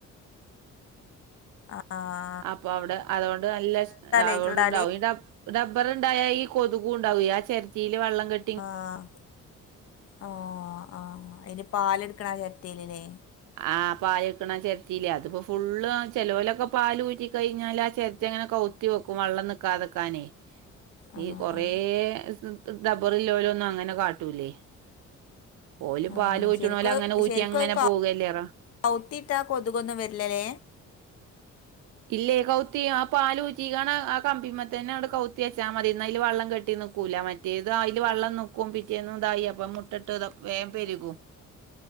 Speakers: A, on the left; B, on the right.
A: ആഹ്
B: അപ്പൊ അവിടെ അതോണ്ട് നല്ല സ് അതോണ്ടുണ്ടാവും
A: ആയിട്ടുണ്ടാല്
B: ഇയിൻ്റെ അ ഡബ്ബറുണ്ടായ ഈ കൊതുകുണ്ടാവേ ആ ചെരട്ടില് വെള്ളം കെട്ട
A: ആഹ് ആ ആഹ് അയിൻ്റെ പാല് ഇടുക്കണ ചെരട്ടേല് ല്ലേ
B: ആ പാലടക്കണ ചെരട്ടീല്ലേ അതിപ്പോ ഫുള്ള് ചെലോലൊക്കെ പാല് ഊറ്റി കഴിഞ്ഞാല് ആ ചെരട്ടങ്ങനെ കവു വുത്തി വെക്കും വെള്ളം നിക്കാതെക്കാനേ
A: ആ
B: ഈ കൊറേ
A: ആ
B: സ് ഡബറില്ലോരൊന്നും അങ്ങനെ കാട്ടൂല്ലേ ഓല്
A: ആ
B: പാല് ഊറ്റണോല്
A: ശരിക്കും
B: അങ്ങനെ ഊറ്റി
A: ശരിക്കും
B: അങ്ങനെ
A: അത്
B: പോകല്ലേറ
A: കൗത്തിട്ടാ കൊതുകൊന്നും വരില്ലല്ലേ
B: ഇല്ലേ കൗത്തി ആ പാല് ഊറ്റികണ ആ കമ്പിമ്മേ തന്നെ അങ്ങട് കൗത്തി വെച്ചാ മതി ന്നാ അയില് വെള്ളം കെട്ടി നിക്കൂല മ ഇത് അയില് വെള്ളം നിക്കും പിറ്റേന്നും ഇതായി അപ്പ മുട്ടട്ട് ത വേഗം പെരുകും